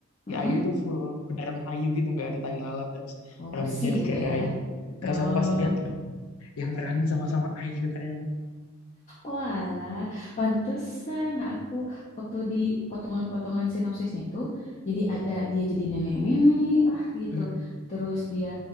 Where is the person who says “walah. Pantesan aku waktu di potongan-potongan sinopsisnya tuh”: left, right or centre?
Left